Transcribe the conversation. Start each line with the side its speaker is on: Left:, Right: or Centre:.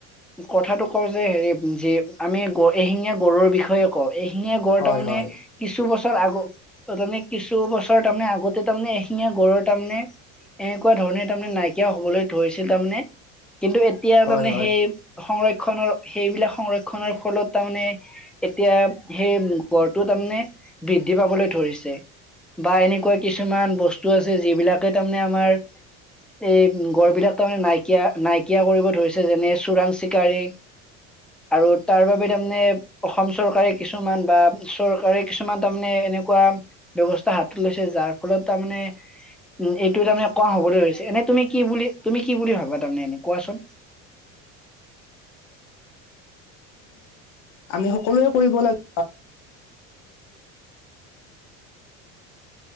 Centre: কথাটো কওঁ যে হেৰি যি আমি এশিঙীয়া গঁড়ৰ বিষয়ে কওঁ এশিঙীয়া গঁড়
Left: হয়
Centre: তাৰমানে
Left: হয়
Centre: কিছু বস্তুৰ তাৰ আগত অ তুমি কিছু বছৰ তাৰমানে আগত তাৰমানে এশিঙীয়া গড়ৰ তাৰ মানে এনেকুৱা ধৰণে তাৰমানে নাইকিয়া হ'বলৈ ধৰিছিল তামানে কিন্তু এতিয়া
Left: হয়
Centre: তাৰমানে
Left: হয়
Centre: সেই সংৰক্ষন সংৰক্ষণৰ সেইবিলাক সংৰক্ষনৰৰ ফলত তাৰমানে এতিয়া সেই গড়টো তাৰমানে বৃদ্ধি পাবলৈ ধৰিছে বা এনেকুৱা কিছুমান বস্তু আছে যিবিলাকে তাৰমানে আমাৰ এই গড় বিলাক তাৰমানে নাই নাইকিয়া নাইকিয়া কৰিব ধৰিছে যেনে চোৰাং চিকাৰী আৰু তাৰ বাবে তাৰমানে অসম চৰকাৰে কিছুমান বা চৰকাৰে কিছুমান তাৰমানে এনেকুৱা ব্যৱস্থা হাতত লৈছে যাৰ ফলত তাৰমানে উম এইটো তাৰমানে কোৱা হবলৈ ধৰিছে এনে তুমি কি বুলি তুমি কি বুলি ভাবা তাৰমানে এনে কোৱাচোন
Left: আমি সকলোৱে কৰিব লাগে